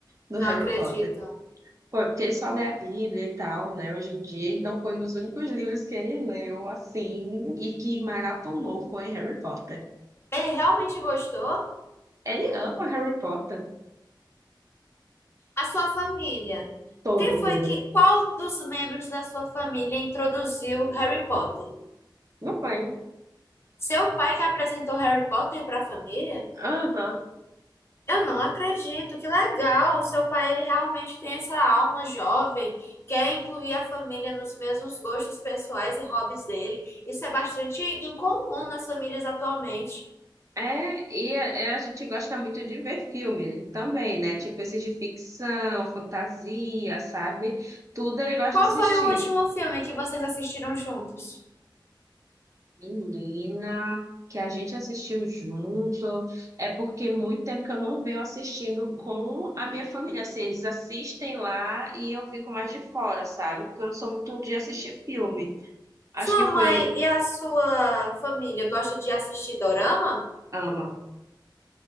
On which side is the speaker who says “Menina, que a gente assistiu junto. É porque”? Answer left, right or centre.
Right